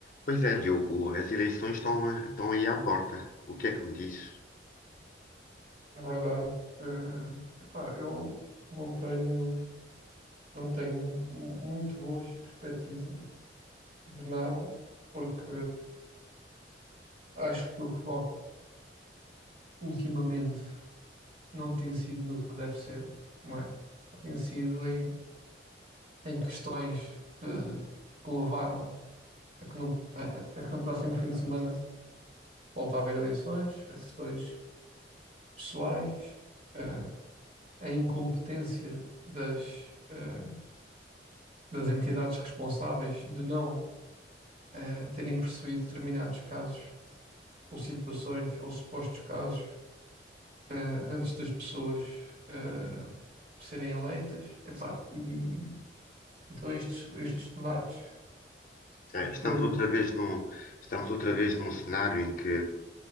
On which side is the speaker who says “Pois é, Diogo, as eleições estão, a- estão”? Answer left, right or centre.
Left